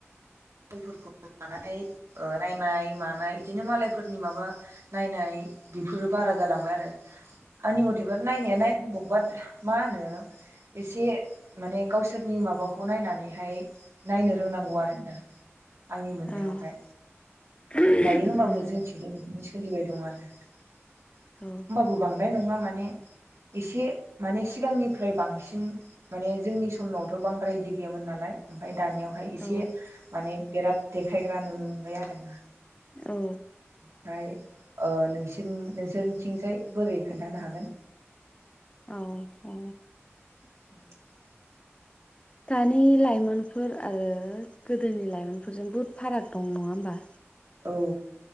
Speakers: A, on the right; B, on the left.
A: मालायफोरखौ लानानै ओ नायनाय मानाय बिदिनो मालायफोरनि माबा नायनाय बेफोरो बारा जालांबाय आरो आंनि मथेफोर नाया नायनांगौ। बाट मा होनो एसे माने गावसोरनि माबाखौ नायनानैहाय नायनो रोंनांगौ आरोना।। आंनि मोननायावहाय
B: ओं उम
A: दायो होमबाबो जोंथि सोलिबाय दं आरो होमबाबो
B: औ
A: बांद्राय नङा। माने एसे माने सिगांनिफ्राय बांसिन माने जोंनि समनावथ' बांद्राय बिदि गैयामोन नालाय ओमफ्राय दानियावहाय एसे
B: औ
A: बिराद देखायग्रा नुनो मोनबाय आरोना।
B: औ
A: ओमफ्राय ओ नोंसोरनि नोंसोरनिथिंजाय बोरै खोन्थानो हागोन।
B: औ औ
A: <inaudible>
B: दानि लाइमोनफोर आरो गोदोनि लाइमोनफोरजों बहुत फाराग दं नङा होमबा।
A: औ